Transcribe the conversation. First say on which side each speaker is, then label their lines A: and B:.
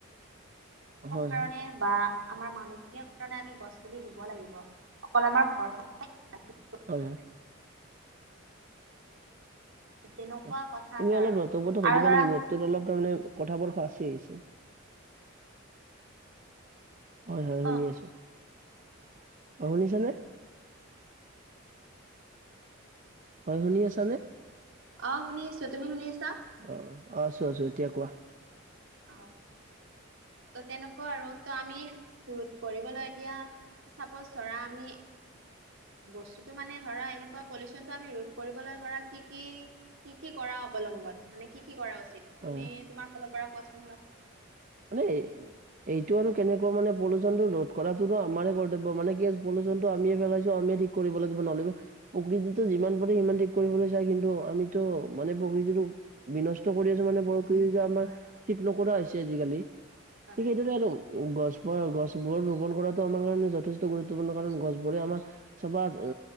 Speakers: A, on the right; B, on the right.
A: হয়
B: কাৰণে
A: - হয়
B: বা আমাৰ মানুহখিনিৰ কাৰণে আমি গছপুলি ৰুব লাগিব অকল আমাৰ ঘৰখন <unintelligible>
A: হয় - হয়
B: তেনেকুৱা
A: অ'
B: কথা
A: তুমি
B: এটা
A: অলপ
B: আৰু
A: নতবত সৈ
B: আৰু
A: দিবা
B: ধৰা
A: নেকি নেটটোত অলপ তাৰমানে কথাবোৰ ফাঁচি আহিছে। হয় - হয়, শুনি
B: অ
A: আছোঁ, অ' শুনিছা নে? হয়, শুনি আছা নে?
B: অ' শুনি আছোঁ তুমি শুনি আছা?
A: অ', আছো আছো এতিয়া কোৱা। <inaudible>
B: অ ত' তেনেকুৱা আৰু ত' আমি ৰোধ কৰিবলৈ এতিয়া চাপচ ধৰা আমি বস্তুটো মানে ধৰা এনেকুৱা পলিউচনটো আমি ৰোধ কৰিবলৈ ধৰা কি কি কি কি কৰা অৱলম্বন মানে কি কি কৰা উচিত তুমি
A: অ
B: তোমাৰ ফালৰ পৰা কোৱাচোন অলপ।
A: <inaudible> এইটো আৰু কেনেকুৱা মানে পলিউচনটো ৰোধ কৰাটোটো আমাৰে কৰ্তব্য মানে কি পলিউচনটো আমিয়ে পেলাইছো আমিয়ে ঠিক কৰিব লাগিব নহ'লে বা প্ৰকৃতিটো যিমান পাৰে সিমান ঠিক কৰিবলৈ চাই কিন্তু আমিতো মানে প্ৰকৃতিটো বিনষ্ট কৰি আছো মানে প্ৰকৃতিটো আমাৰ
B: হয়
A: ঠিক নকৰা হৈছে আজিকাল,
B: হয়
A: ঠিক সেইদৰে আৰু গছ <unintelligible> গছবোৰৰ ৰোপন কৰাটো আমাৰ কাৰণে যথেষ্ট গুৰুত্বপূৰ্ণ কাৰণ গছবোৰে আমাৰ চাবা অ